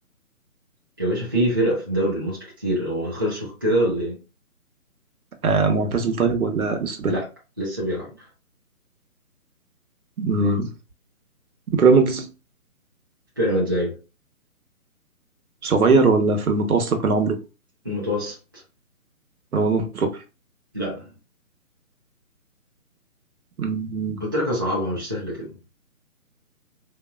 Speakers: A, on the right; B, on the right.
A: يا باشا في فرق في الدوري المصري كتير هو خلصوا كده ولا ايه
B: آه معتزل طيب ولا لسه بيلعب؟
A: لا لسه بيلعب
B: مم. بيراميدز
A: في بيراميدز ايوه
B: صغير ولا في المتوسط من عمره؟
A: في المتوسط
B: رمضان صبحي
A: لا
B: مم.
A: قلت لك اصعبها مش سهله كده